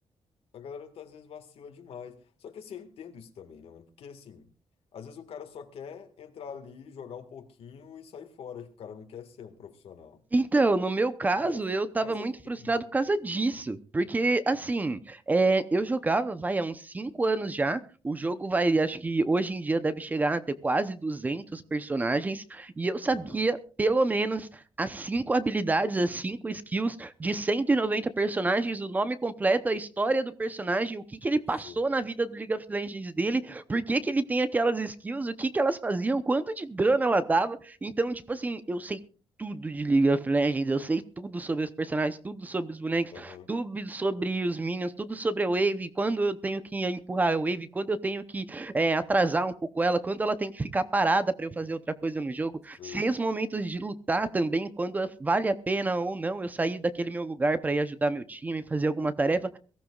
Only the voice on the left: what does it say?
a galera às vezes vacila demais. Só que assim, eu entendo isso também, né, mano? Porque assim, às vezes o cara só quer entrar ali, jogar um pouquinho e sair fora. Tipo, o cara não quer ser um profissional.
Mas
é,
mas
é terrível.
Aham,
sim
aham,
sei,